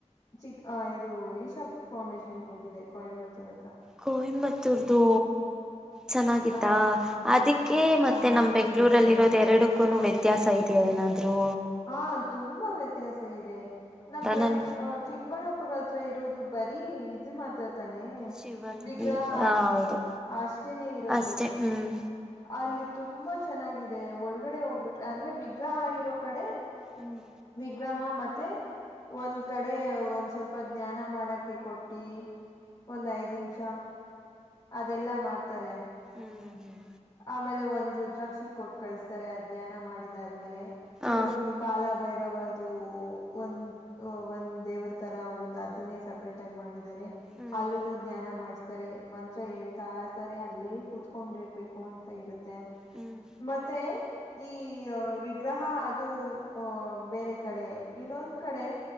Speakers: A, on the left (about 35°); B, in the centre.
A: ಚಿಕ್ ಆ ಇದು ಈಶಾಬ್ ಫೌಂಡೇಶನ್ಗೆ ಹೋಗಿದೆ ಕೊಯಂಬತ್ತೂರ್ ಹತ್ರ
B: ಕಯಂಬತ್ತೂರ್ದು ಚೆನ್ನಾಗಿತ್ತಾ
A: ಆ
B: ಅದಕ್ಕೆ ಮತ್ತೆ
A: ಹಾ
B: ನಮ ಬೆಂಗ್ಳೂರಲ್ಲಿ
A: ಚೆನ್ನಾಗಿ
B: ಇರೋದು ಎರಡು ವ್ಯತ್ಯಾಸ ಇದೆಯಾ ಏನಾದ್ೂ
A: ಹಾ ತುಂಬಾ ವ್ಯತ್ಯಾಸ ಇದೆ ನಮ ಬೆಂಗ್
B: ನನ್
A: ಚಿಕ್ಕಬಳ್ಳಾಪುರ ತ್ರ ಇರೋದು ಬರೀ ಇದು ಮಾತಾ ತಾನೆ
B: ಶಿವನ್ಗಿ
A: ವಿಗ್ರಹ
B: ಹ ಹೌದು
A: ಅಷ್ಟೇನೆ ಇರೋದು
B: ಅಷ್ಟೆ ಹ್ಮ್
A: ಅಲ್ಲಿ ತುಂಬಾ ಚೆನ್ನಾಗಿದೆ ಒಳಗಡೆ ಹೋಗ್ಬಿಟ್ರ ಅಂದ್ರೆ ವಿಗ್ರಹ ಇರೋ ಕಡೆ
B: ಹ್ಮ್
A: ಗ್ರಹ ಮತ್ತೆ ಒಂದ್ ಕಡೆ ಒಂದ್ ಸ್ವಲ್ಪ ಜ್ಞಾನ ಮಾಡಕ್ಕೆ ಕೊಟ್ಟಿ ಒಂದ್ ಐದ್ ನಿಮಿಷ ಅದೆಲ್ಲಾ ಮಾಡ್ತಾರೆ
B: ಹ್ಮ್ ಹ್ಮ್
A: ಆಮೇಲೆ ಒಂದ್ ರುದ್ರಾಕ್ಷಿ ಕೊಟ್ಟ ಕಳಿಸತಾರೆ ಅಧ್ಯಾನ ಮಾಡಿದಾದ್ಮೇಲೆ
B: ಹಾ
A: ಇನ್ನೊಂದು ಕಾಲ ಬೈ ಒ ಒಂದ್ ದೇವರ ತರ ಒಂದ್ ಅದನ್ನೇ ಸಪ್ರೇಟ್ ಆಗಿ ಮಾಡಿದ
B: ಹ್ಮ್
A: ಅಲ್ಲುನು ಜ್ಞಾನ ಮಾಡಿಸತಾರೆ ಮ ಹತ್ರ ಹೇಳ್ತಾ ಇರ್ತಾರೆ ಅಲ್ಲೇ ಕೂತ್ಕೊಂಡಿರ್ಬೇಕು ಅಂತ ಇರುತ್ತೆ
B: ಹ್ಮ್
A: ಮತ್ತೆ ಈ ಗ್ರಹ ಅದು ಅಹ ಬೇರೆ ಕಡೆ ಇನ್ನೊಂದ್ ಕಡೆ